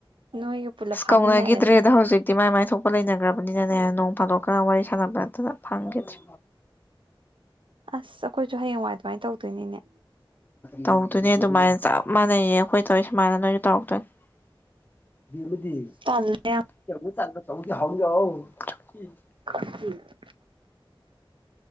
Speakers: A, on the right; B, on the left.
A: ꯅꯣꯏꯒ ꯄꯨꯜꯂꯞ
B: ꯁꯀꯧꯅꯒꯤꯗ꯭ꯔꯦꯗ
A: ꯐꯥꯃꯤꯟꯅꯔꯅꯤ
B: ꯍꯧꯖꯤꯛ ꯇꯤ ꯃꯥꯏ ꯃꯥꯏ ꯊꯣꯛꯄ ꯂꯩꯅꯒꯔ꯭ꯕꯅꯤꯅꯅꯦ ꯅꯣꯡ ꯐꯥꯗꯣꯛꯀ ꯋꯥꯔꯤ ꯁꯥꯟꯅꯕ ꯅꯠꯇꯅ ꯐꯪꯒꯤꯗ꯭ꯔꯦ꯫
A: ꯑꯁ ꯑꯩꯈꯣꯏꯖꯨ ꯍꯌꯦꯡꯋꯥꯏ ꯑꯗꯨꯃꯥꯏ ꯇꯧꯗꯣꯏꯅꯤꯅꯦ꯫
B: ꯇꯧꯗꯣꯏꯅꯦ ꯑꯗꯨꯃꯥꯏꯅ ꯆꯞ ꯃꯥꯟꯅꯩꯌꯦ ꯑꯩꯈꯣꯏ ꯇꯧꯋꯤ ꯁꯨꯃꯥꯏꯅ ꯅꯣꯏꯖꯨ ꯇꯧꯔꯛꯇꯣꯏꯅꯤ <unintelligible>
A: ꯇꯜꯂꯦ ꯌꯥꯝ <inaudible>